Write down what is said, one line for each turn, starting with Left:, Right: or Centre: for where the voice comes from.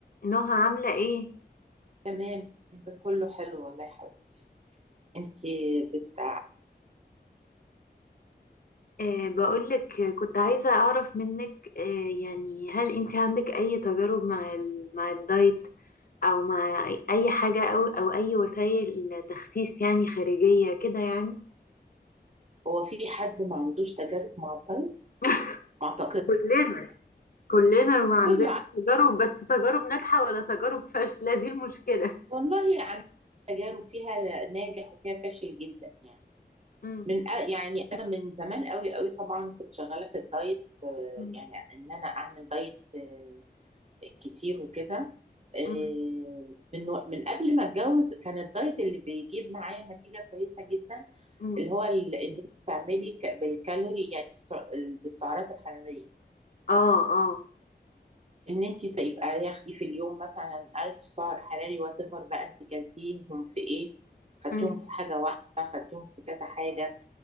Left: نهى عاملة ايه؟
Right: تمام ده كله حلو والله يا حبيبي انتي بت...
Left: أه بقولك آه، كنت عايزة أعرف منك أه يعني هل انت عندك أي تجارب مع ال... مع الدايت أو مع أي أي حاجة أو أو أي وسائل تخسيس يعني خارجية كده يعني
Right: هو في حد ما عندوش تجارب مع الدايت
Left: <laughs>
Right: ما اعتقد
Left: كلنا كلنا وعندنا
Right: كله عنده
Left: تجارب بس تجارب ناجحة ولا تجارب فاشلة دي المشكلة
Right: والله يعني تجارب فيها ناجح وفيها فاشل جدا يعني
Left: مم.
Right: من أ- يعني انا من زمان قوي قوي طبعا كنت شغاله في الدايت آه،
Left: مم.
Right: يعني ان انا اعمل دايت آه، كتير وكده آه،
Left: مم.
Right: من و- من قبل ما اتجوز كان الدايت اللي بيجيب معايا نتيجه كويسه جدا
Left: مم.
Right: اللي هو ال- ان انت تعملي ك- بالكالوري يعني بالسع- بالسعرات الحراريه
Left: اه اه
Right: ان انت تبقى ياخدي في اليوم مثلا 1000 سعر حراري وات ايفر بقى انت كلتيهم في ايه خدتيهم
Left: مم.
Right: في حاجه واحده خدتيهم في كذا حاجه